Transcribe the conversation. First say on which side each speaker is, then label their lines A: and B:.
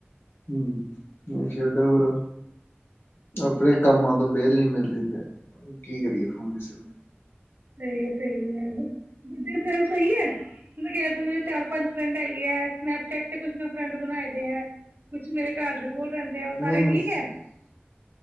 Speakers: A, on the left; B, on the right.
A: ਹੂੰ ਮ ਛੱਡੋ ਪਰਾ ਆਪਣੇ ਕੰਮਾਂ ਤੋਂ ਵੇਲ ਨੀ ਮਿਲਦੀ ਤੇ ਕੀ ਕਰੀਏ ਫੋਨ ਕਿਸੇ ਨੂੰ
B: ਸਹੀ ਸਹੀ ਹੈ, ਦ ਫਮ ਸਹੀ ਹੈ ਮੈਂ ਕਿਹਾ ਸੀ ਮੇਰੇ ਚਾਰ ਪੰਜ ਫਰੈਂਡ ਹੈਗੇ ਹੈ, ਸਨੈਪਚੈਟ ਤੇ ਕੁਛ ਮੈੰ ਫਰੈਂਡ ਬਣਾਏ ਦੇ ਹੈ ਕੁਛ ਮੇਰੇ ਘਰ ਦੇ ਕੋਲ ਰਹਿੰਦੇ ਆ, ਉਹ
A: ਨਹੀਂ
B: ਸਾਰੇ
A: ਨਹੀਂ
B: ਠੀਕ ਹੈ